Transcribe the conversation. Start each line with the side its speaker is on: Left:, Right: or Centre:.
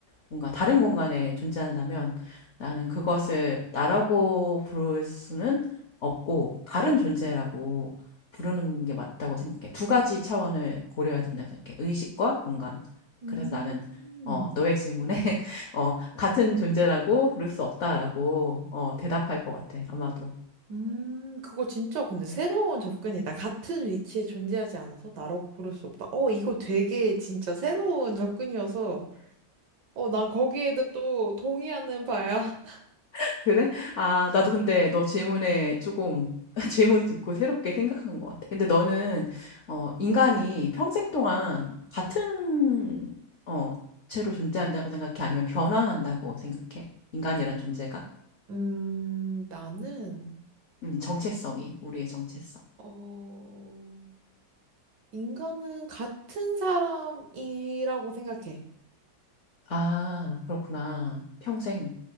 Left: 뭔가 다른 공간에 존재한다면 나는 그것을 나라고 부를 수는 없고 다른 존재라고 부르는 게 맞다고 생각해. 두 가지 차원을 고려해야 된다고 생각해. 의식과 공간.
Right: 음,
Left: 그래서 나는
Right: 음,
Left: 어, 너의 질문에 <laughs> 어, 같은 존재라고 부를 수 없다라고 어, 대답할 것 같아. 아마도.
Right: 음, 그거 진짜 근데 새로운 접근이다. 같은 위치에 존재하지 않아서 나라고 부를 수 없다. 어, 이거 되게 진짜 새로운 접근이어서 어, 난 거기에도 또 동의하는 바야. <laughs>
Left: <laughs> 그래? 아, 나도 근데 너 질문에 조금 <laughs> 질문을 듣고 새롭게 생각한 것 같아. 근데 너는 어, 인간이 평생 동안 같은 어, 채로 존재한다고 생각해? 아니면 변화한다고 생각해? 인간이란 존재가?
Right: 음, 나는
Left: 음, 정체성이 우리의 정체성.
Right: 어. 인간은 같은 사람이라고 생각해.
Left: 아, 그렇구나. 평생.